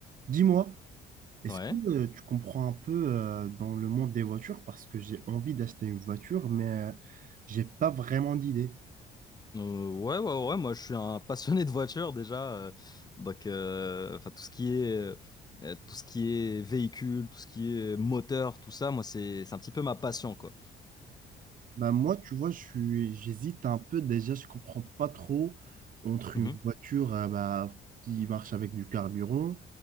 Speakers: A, on the right (about 55°); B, on the left (about 25°).
A: Dis-moi, est-ce
B: Ouais.
A: que euh, tu comprends un peu euh, dans le monde des voitures parce que j'ai envie d'acheter une voiture, mais euh, j'ai pas vraiment d'idée.
B: Euh, ouais, ouais, ouais, moi je suis un passionné de voiture déjà. euh, donc, euh, enfin, tout ce qui est, euh, tout ce qui est véhicule, tout ce qui est moteur, tout ça, moi c'est, c'est un petit peu ma passion, quoi.
A: Bah moi, tu vois, je suis, j'hésite un peu. Déjà, je comprends pas trop entre
B: Mhm,
A: une voiture euh, bah, qui marche avec du carburant,